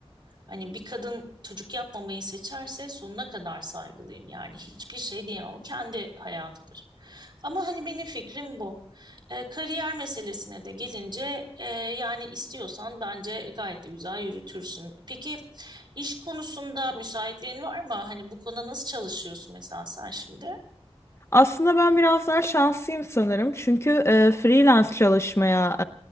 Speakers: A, on the right; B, on the left.
A: Hani bir kadın çocuk yapmamayı seçerse sonuna kadar saygılıyım. Yani hiçbir şey diyemem. O kendi hayatıdır. Ama hani benim fikrim bu. E, kariyer meselesine de gelince e, yani istiyorsan bence gayet de güzel yürütürsün. Peki iş konusunda müsaitliğin var mı? Hani bu konuda nasıl çalışıyorsun mesela sen şimdi?
B: Aslında ben biraz daha şanslıyım sanırım. Çünkü e, freelance çalışmaya